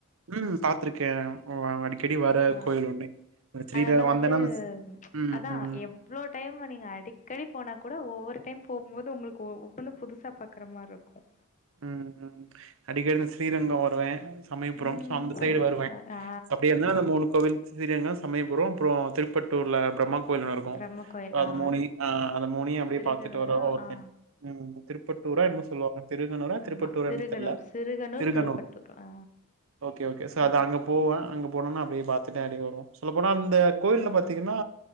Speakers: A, on the right (about 65°); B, on the left (about 35°).
A: உம் பாத்திருக்கேன் அடிக்கடி வர
B: ஆ
A: கோயில் ஒண்ணு ஸ்ரீரகம்
B: அதெல்லா
A: வந்தேன்னா
B: வந்து
A: அ உம்
B: அதா
A: உம்
B: எவ்ளோ டைம் நீங்க அடிக்கடி போனா கூட ஒவ்வொரு டைம் போகம்மோது உங்களுக்கு ஒவ்வொன்னு புதுசா பாக்குற மாதிரி இருக்கும்
A: ஹம்ம் அடிக்கடி ஸ்ரீரங்கம் வருவேன் சமயபுரம்
B: ம்
A: சோ அந்த சைடு வருவேன்
B: ஆ
A: அப்படிய இருந்தா‌ அந்த மூணு கோவில் ஸ்ரீரங்கம் சமயபுரம் அப்புறோ திருப்பட்டூர்ல ப்ரம்ம கோயிலா இருக்கும்
B: பிரம்ம கோயில்
A: அது
B: ஆ
A: மோனி ஹ அந்த மோனி அப்படியே
B: சிறுகனூரா
A: பாத்துட்டு வர <unintelligible>
B: ஆ
A: திருப்பட்டூரா என்னமொ சொல்லுவாங்க திருகனூரா திருப்பத்தூரான்னு
B: ஆமா சிறுகனூர்
A: தெர்ல
B: சிறுகனூர்
A: திருகனூர்
B: திருப்பட்டூர் ஆ
A: ஓகே ஓகே சோ
B: ம்ஹ்ம்.
A: அது அங்க போவே அங்க போனன்னா அப்டியே பாத்துட்டு அப்டியே வருவோ சொல்லப்போனா அந்த கோவி யில பாத்தீங்கன்னா